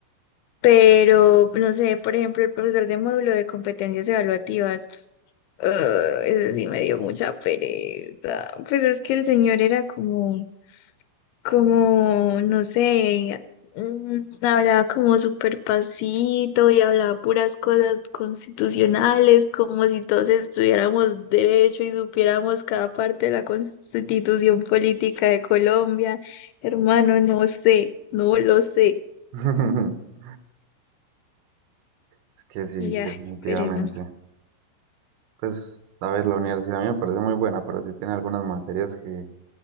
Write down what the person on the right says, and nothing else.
<laughs> Es que sí,
definitivamente.
Pues, a ver, la universidad a mí me parece muy buena, pero sí tiene algunas materias que